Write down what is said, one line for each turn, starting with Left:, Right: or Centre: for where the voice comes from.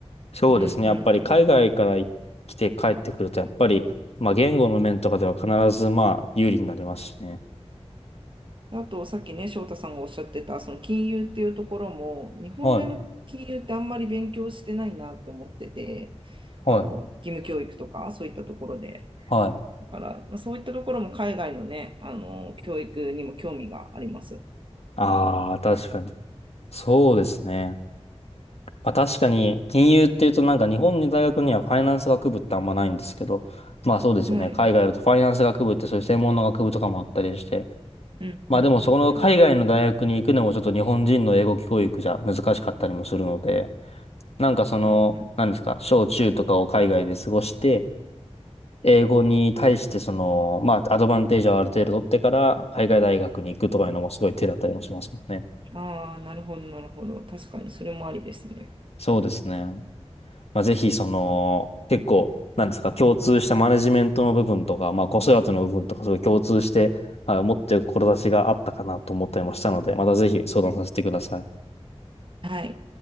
Left: そうですね。
Right: うん、うん
Left: やっぱり、海外からい来て帰ってくると、やっぱり、まあ、言語の面とかでは必ず、まあ、有利になりますしね。
Right: うん。あと、さっきね、翔太さんがおっしゃってた、その金融っていうところも、日本での金融ってあんまり勉強してないなって思ってて、
Left: はい、はい、
Right: あの、義務教育とか、そういったところで。
Left: はい。
Right: だから、まあそういったところも海外のね、あの、教育にも興味があります。
Left: ああ、確かに。そうですね。
Right: うん
Left: まあ確かに、金融っていうとなんか日本の大学にはファイナンス学部ってあんまないんですけど、まあそうですよね。
Right: はい。
Left: 海外だとファイナンス学部ってそういう専門の学部とかもあったりして、
Right: うんうんうんうん
Left: まあでもそこの海外の大学に行くのもちょっと日本人の英語教育じゃ難しかったりもするので、なんかその、
Right: うんうん
Left: なんですか、小中とかを海外で過ごして、英語に対してその、まあアドバンテージをある程度取ってから海外大学に行くとかいうのもすごい手だったりもしますもんね。
Right: うん。ああ、なるほど、なるほど。確かにそれもありですね。
Left: そうですね。まあ、ぜひ、その、結構、なんですか、共通したマネジメントの部分とか、まあ、子育ての部分とか、そういう共通して、はい、持っている志があったかなと思ったりもしたので、またぜひ相談させてください。
Right: はい。